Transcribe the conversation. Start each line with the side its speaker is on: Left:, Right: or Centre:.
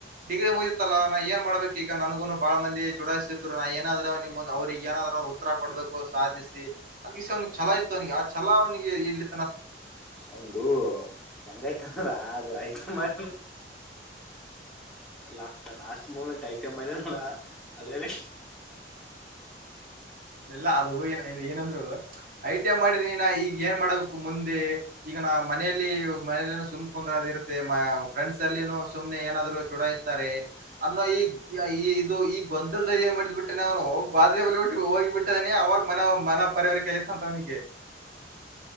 Right: ಡಿಗ್ರಿ ಮುಗಿತ್ತಲ್ಲಾ ನಾ ಏನ್ ಮಾಡ್ಬೇಕ್ ಈಗ ನನ್ಗುನು ಬಾಳ ಮಂದಿ ಚೂಡಾಯಿಸಿದ್ರು. ಪಾ ಏನಾದ್ರ್ ಅವ್ರಿಗೆ ಏನಾದ್ರ್ ಉತ್ತರ ಕೊಡ್ಬೇಕು ಸಾಧಿಸಿ ಅಂತಸ ಅವ್ನಿಗೆ ಛಲ ಇತ್ತು ಅವನಿಗೆ ಆ ಛಲಾ ಅವನಿಗೆ ಇಲ್ಲ್
Centre: ಒಂದು ಹೆಂಗಾಯ್ತಂದ್ರ ಅದು ಮಾಡ
Right: <inaudible>
Centre: ಲಾ ಲಾಸ್ಟ್ ಮೂಮೆಂಟ್ ಐಟಂ ಅದಲ್ಲ ಅದೆಲ್ಲ
Right: <inaudible> ಲಿಲ್ಲ ಅದು ಏ ಏನಂದ್ರು ಐ ಟಿ ಐ ಮಾಡಿದನಿನ ಈಗ ಏನ್ ಮಾಡಬೇಕು ಮುಂದೆ ಈಗ ನ ಮನೆಯಲ್ಲಿ ಮನೆಯಲ್ಲಿ ಸುಮ್ ಕುಂದ್ರದ ಇರುತ್ತೆ ಫ್ರೆಂಡ್ಸ್ ಅಲ್ಲಿನು ಸುಮ್ನೆ ಏನಾದ್ರು ಚೂಡಾಯಿಸ್ತಾರೆ. ಅನ್ನೋ ಈ ಈ ಇದು ಈ ಗೊಂದಲದಾಗೆ ಏನ್ ಮಾಡಿದ್ ಬಿಟ್ಟೆನ ಅವನು <unintelligible> ಹೋಗಿ <unintelligible> ಅವಾಗ ಮನ ಮನ ಪರಿವಾರಿಕೆ ಆಯ್ತಂತ್ ಅವನಿಗೆ.